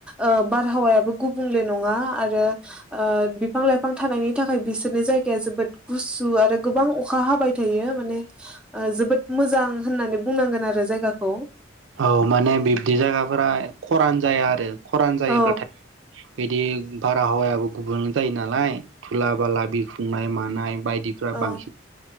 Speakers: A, in the centre; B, on the right.
A: ओ बारहावायाबो गुबुंले नङा आरो ओ बिफां लाइफां बिफां थानायनि थाखाय बिसोरनि जायगाया जोबोद गुसु आरो गोबां अखा हाबाय थायो माने ओ जोबोद मोजां होननानै बुंनांगोन आरो जायगाखौ।
B: औ माने बिब्दि जायगाफोरा खरान जाया आरो खरान जायोब्लाथाय
A: औ
B: बिदि बारहावायाबो गुबुंले जायो नालाय खुला बाला बिरफुंनाय मानाय। बायदिफ्रा
A: औ
B: बांसिन